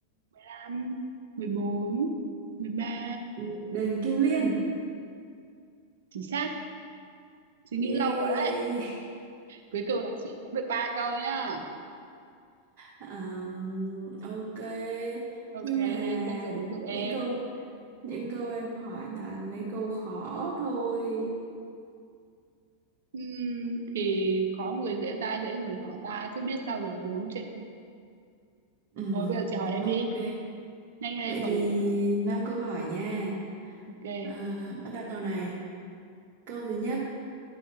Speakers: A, on the right; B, on the right.
A: mười lăm, mười bốn mười ba
B: Ừ, Đền Kim Liên
A: Chính xác, suy
B: yeah.
A: nghĩ lâu quá đấy. Cuối cùng là chị cũng được ba câu nhá.
B: Ờm, ok
A: Ok,
B: nhưng mà
A: bây giờ đến được em.
B: những câu những câu em hỏi toàn mấy câu khó thôi
A: Ừm, thì khó người dễ ta, dễ người khó ta, chứ biết sao giờ đúng không chị?
B: Ừm,
A: Thôi bây giờ chị hỏi em
B: ok
A: đi. Nhanh lên em
B: vậy
A: còn
B: thì
A: nữa.
B: năm câu hỏi nha
A: Ok.
B: à, bắt đầu này câu thứ nhất